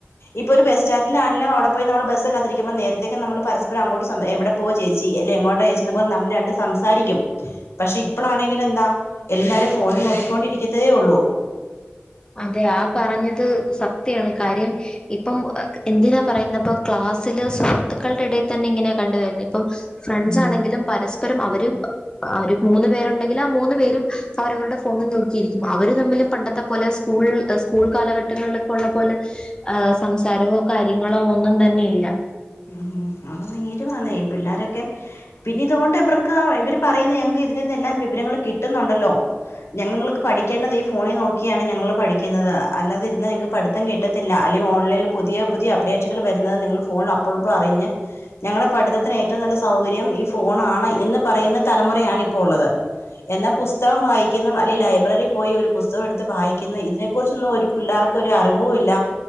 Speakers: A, on the left (about 90°); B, on the left (about 20°).
A: ഇപ്പൊ ഒരു ബസ് സ്റ്റൻഡില് ആണെലും അവിടെപോയി നമ്മള് ബസ് കാത്തിരിക്കു നേരത്തൊക്കെ നമ്മൾ പരസ്പരം അങ്ങോട്ടു എവടെ പോവാ ചേച്ചി അല്ലെ എങ്ങോട്ടാ ചേച്ചി നമ്മള് രണ്ട് സംസാരിക്കും പക്ഷെ ഇപ്പളാണെങ്കിലെന്താ എല്ലാരും ഫോണിൽ നോക്കിക്കൊണ്ടിരിക്കത്തതേ ഒള്ളൂ.
B: അതെ ആഹ് പറഞ്ഞത് സത്യയാണ് കാര്യം. ഇപ്പം എന്തിനാ പറയുന്ന പ്പ ക്ലാസ്സില് സുഹൃത്തുക്കളുടെ ഇടയിൽ തന്നെ ഇങ്ങനെയ കണ്ടുവരുന്ന് ഇപ്പം. ഫ്രണ്ട്സ്
A: ഉം
B: ആണെങ്കിലും പരസ്പരം അവര്. ബ ഒരു മൂന്നു പേരുണ്ടെങ്കിലും ആഹ് മൂന്നു പേരും അവരവരുടെ ഫോണിൽ നോക്കിയിരിക്കും അവര് തമ്മിൽ പണ്ടത്തെ പോലെ സ് സ്കൂൾ ല് സ്കൂൾ കാലഘട്ടങ്ങളിലൊക്കെ ഉള്ള പോലെ. ആഹ് സംസാരമോ കാര്യങ്ങളോ ഒന്നും തന്നെയില്ല.
A: ഉം അതൊ നേരുആന്നെ പിള്ളോരൊക്കെ. പിന്നെ ഇതുകൊണ്ട് ഇവർക്ക് ഇവര് പറയുന്ന ഞങ്ങക്ക് ഇതിൽ നിന്ന് എല്ലാം വിവരങ്ങളും കിട്ടുന്നുണ്ടല്ലോ. ഞങ്ങക്ക് പഠിക്കേണ്ടത് ഈ ഫോണിൽ നോക്കിയാണ് ഞങ്ങൾ പഠിക്കുന്നത് അല്ലാതെ ഇരുന്ന ഞങ്ങൾക്ക് പഠിത്തം കിട്ടത്തില്ല അല്ലെങ്കിൽ ഓൺലൈനിൽ പുതിയ പുതിയ അപ്ഡേഷുകൾവരുന്നത് നിങ്ങൾ ഫോണിൽ അപ്പോഴപ്പോയും അറിഞ്ഞ്. ഞങ്ങളുടെ പഠിതത്തിന് ഏറ്റവും നല്ല സൗകര്യം ഈ ഫോൺ ആണ് എന്ന് പറയുന്ന തലമുറയാണ് ഇപ്പോ ഉള്ളത്. എന്നാ പുസ്തകം വായിക്കുന്നെ അല്ലെങ്കിൽ ലൈബ്രറിൽ പോയി ഒരു പുസ്തകം എടുത്ത് വായിക്കുന്ന ഇതിന്. ഇതിനെ കുറിച്ചൊന്നും ഒരു പിള്ളേർക്ക് ഒരു അറിവും ഇല്ല